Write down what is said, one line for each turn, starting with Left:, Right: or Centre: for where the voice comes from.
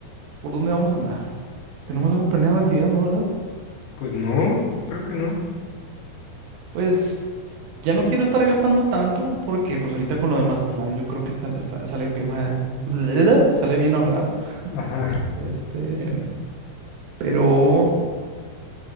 Right: ¿por dónde vamos a andar? ¿Tenemos algo planeado de actividad, no, verdad?
Left: Pues no, creo que no.
Right: Pues ya no quiero estar gastando tanto porque pues ahorita con lo de Mazatlán yo creo que sale, sa- sale bien, ma- <laughs> sale bien ahorrar.
Left: Ajá.
Right: Este, pero